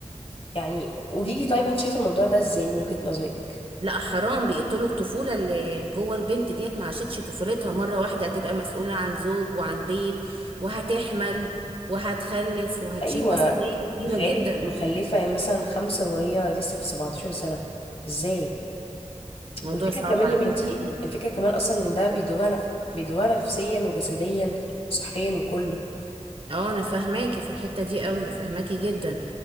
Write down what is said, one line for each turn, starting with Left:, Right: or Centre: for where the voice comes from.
Left: يعني قولي لي طيب أنت شايفة الموضوع ده إزاي من وجهة نظرك
Right: لا حرام بيقتلوا الطفولة اللي جوه البنت ديت ما عاشتش طفولتها مرة واحدة هتبقى مسؤولة عن زوج وعن بيت وهتحمل وهتخلف وهتشيل
Left: أيوة
Right: مسؤولية كبيرة
Left: تخيلي
Right: جدا
Left: مخلفة مثلا خمسة وهي لسه في 17 سنة إزاي
Right: موضوع
Left: والفكرة
Right: صعب
Left: كمان
Right: على
Left: يا بنتي
Right: فكرة فيه
Left: الفكرة كمان أصلا إن ده بيدوها نف... بيدوها نفسيا وجسديا وصحيا وكله
Right: اه انا فاهماكي في الحتة دي قوي فاهماكي جدا